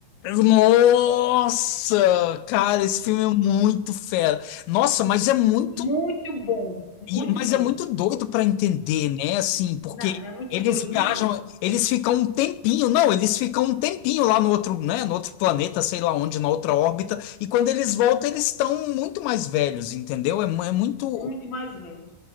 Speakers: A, on the left; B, on the left.
A: Nossa, cara, esse filme é muito fera. Nossa, mas é muito.
B: Muito bom,
A: E-
B: muito
A: mas
B: bom.
A: é muito doido para entender, né? Assim, porque
B: Não, não é muito
A: eles
B: doido,
A: viajam,
B: não.
A: eles ficam um tempinho, não, eles ficam um tempinho lá no outro, né? No outro planeta, sei lá onde, na outra órbita. E quando eles voltam, eles estão muito mais velhos, entendeu? É, mu- é muito,
B: Muito mais velho.